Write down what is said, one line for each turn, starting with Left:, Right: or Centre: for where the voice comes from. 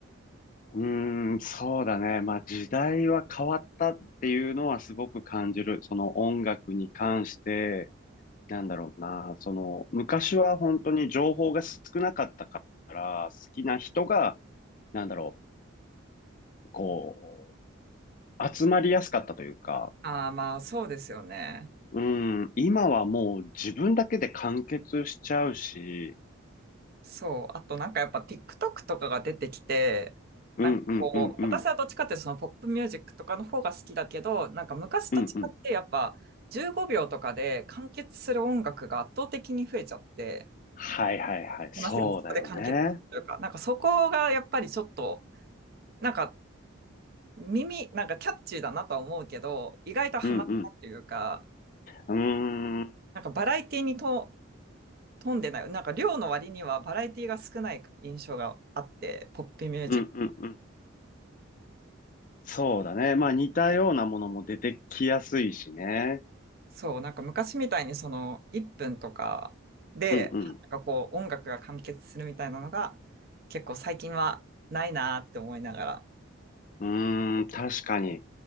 Left: うーん、そうだね。まあ時代は変わったっていうのはすごく感じる。その音楽に関して、なんだろうな。その昔は本当に情報が少なかったから、好きな人が、なんだろう、こ集まりやすかったというか、
Right: ああ、まあそうですよね。
Left: うん、今はもう自分だけで完結しちゃうし、
Right: そう。あとなんかやっぱ TikTok とかが出てきて、
Left: うんうんうんうん、
Right: なんかこう、私はどっちかっていうとそのポップミュージックとかの方が好きだけど、なんか昔と違ってやっぱ15秒とかで完結する音楽が圧倒的に増えちゃって、
Left: うんうん。はいはいはい、そうだよね。
Right: 話がそこで完結するか。なんかそこがやっぱりちょっと、なんか耳、なんかキャッチーだなとは思うけど、意外とハマらないというか、
Left: うんうん。うーん、
Right: なんかバラエティにと富んでない。なんか量の割にはバラエティが少ない印象があって、ポップミュージック。
Left: うんうんうん。そうだね。まあ似たようなものも出てきやすいしね。
Right: そう、なんか昔みたいにその1分とかで、
Left: うんうん。
Right: なんかこう音楽が完結するみたいなのが結構最近はないなーって思いながら
Left: うーん、確かに。